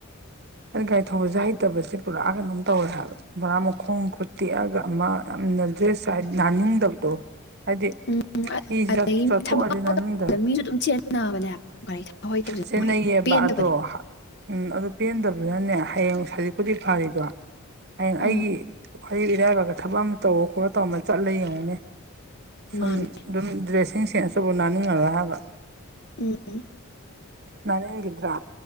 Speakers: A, on the right; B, on the left.
A: ꯑ ꯒꯥꯔꯤ ꯊꯧꯕꯁꯦ ꯍꯩꯇꯕꯁꯦ ꯄꯨꯔꯛꯑꯒ ꯑꯗꯨꯝ ꯇꯧꯔꯦꯕ ꯕꯣꯔꯥ ꯃꯈꯣꯡ ꯈꯨꯠ ꯇꯦꯛꯑꯒ ꯑꯃ ꯌꯥꯝꯅ ꯗ꯭ꯔꯦꯁ ꯍꯥꯏ ꯅꯥꯅꯤꯡꯗꯕꯗꯣ ꯍꯥꯏꯗꯤ
B: ꯎꯝ
A: ꯏ
B: ꯑꯗꯒꯤ
A: ꯆꯠꯊꯣꯛꯑꯗꯤ
B: ꯊꯕꯛ ꯑꯃ
A: ꯅꯪꯅꯤꯡꯗꯅ
B: ꯇꯧꯕꯗ ꯃꯤꯁꯨ ꯑꯗꯨꯝ ꯆꯦꯟꯅꯕꯅꯦ ꯍꯥꯏꯕ ꯒꯥꯔꯤ ꯊꯥꯎ ꯍꯩꯇꯕꯁꯦ
A: ꯆꯦꯟꯅꯌꯦꯕꯗꯣ
B: ꯄꯦꯟꯗꯕꯅꯦ
A: ꯎꯝ ꯑꯗꯨ ꯄꯦꯟꯗꯕꯗꯨꯅꯅꯦ ꯍꯌꯦꯡ ꯍꯧꯖꯤꯛꯄꯨꯗꯤ ꯐꯔꯤꯗꯣ ꯍꯌꯦꯡ ꯑꯩꯒꯤ
B: ꯎꯝ
A: ꯑꯩꯌꯨ ꯏꯔꯥꯏꯕꯥꯛꯒ ꯊꯕꯛ ꯑꯃ ꯇꯧꯔ ꯈꯣꯠꯂ ꯇꯧꯔ ꯑꯃ ꯆꯠꯂ ꯌꯦꯡꯉꯨꯅꯦ ꯁꯨꯝ
B: ꯃꯥꯅꯦ
A: ꯑꯗꯨꯝ ꯗ꯭ꯔꯦꯁ ꯏꯁꯤꯡ ꯁꯦꯟ ꯑꯁꯤꯕꯨ ꯅꯥꯅꯤꯡꯉꯔ ꯍꯥꯏꯕ
B: ꯎꯝ <inaudible>
A: ꯔꯒꯤꯗ꯭ꯔꯥ